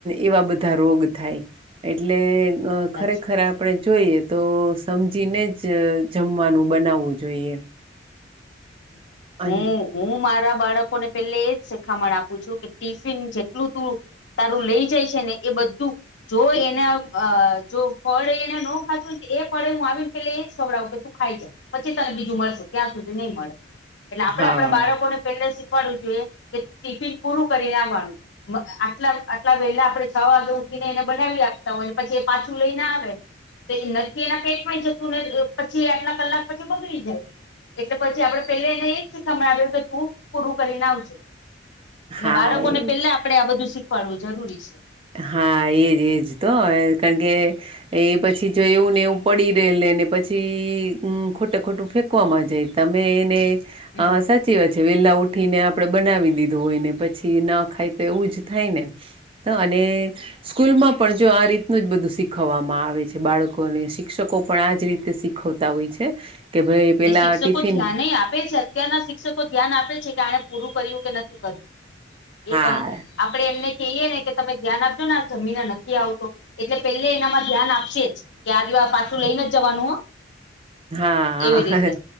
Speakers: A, on the right; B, on the left.
A: એવા બધા રોગ થાય એટલે
B: સાચું
A: ખરેખર આ પડે જોઈએ તો સમજીને જ જમવાનું બનાવવું જોઈએ
B: <inaudible> હું
A: અન
B: હું મારા બાળકોને પેલે એજ શીખામણ આપું છું કે ટિફિન જેટલું તું તારું લઈ જાય છે ને એ બધું જો એના અહ જો ફળ એને ન ખાધું હો તો એ ફળે હું આવીને પેલે એજ ખવડાવું કે તું ખાઈ જા. પછી તને બીજું મળશે ક્યાં સુધી નહી મળે. એટલે આપડે
A: હા
B: આપણા બાળકોને પેલે શીખવાડવું જોઈએ કે ટિફિન પૂરું કરી ને આવાનું. મ આટલા આટલા વહેલા આપડે છ વાગે ઉઠીને એને બનાવી આપતા હોય ને પછી એ પાછું લઈને આવે નથી એના પેટમાંય જતું ને પછી આટલા કલાક પછી બગડી જાય. એટલે પછી આપડે પેલા એને એજ શીખામણાવ્યું કે તું પૂરું કરીને આવજે. એટલે
A: હા
B: બાળકોને
A: એ
B: પેલા આપડે આ બધું શીખવાડવું જરૂરી છે.
A: હા, એજ એજ તો કારણ કે એ પછી જો એવું ને એવું પડી રે લે ને પછી ખોટું ખોટું ફેંકવામાં જાય. તમે એને
B: હમ
A: હા સ ચી વાત છે વેલા ઉઠી ને આપડણે બનાવી દીધું હોય ને પછી ના ખાય તો એવું જ થાય ને. ત અને સ્કૂલ માં પણ જો આ રીતનું જ બધું શીખવવામાં આવે છે બાળકોને શિક્ષકો પણ આજ રીતે શીખ ખવતા હોય છે કે ભાઈ પેલા
B: એ શિક્ષકો
A: ટિફિન
B: ધ્યાન આપે છે. અત્યારના શિક્ષકો ધ્યાન આપે છે કે આણે પૂરું કર્યું કે નથી કર્યું એ
A: હા
B: કમ આપડે એમને કહીએ ને કે તમે ધ્યાન આપજો ને આ જમીને નથી આવતો એટલે પેલે એનામાં ધ્યાન આપશે જ કે આ દવા પાછું લઈને જવાનું હો.
A: હા
B: એવી
A: હા
B: રીતે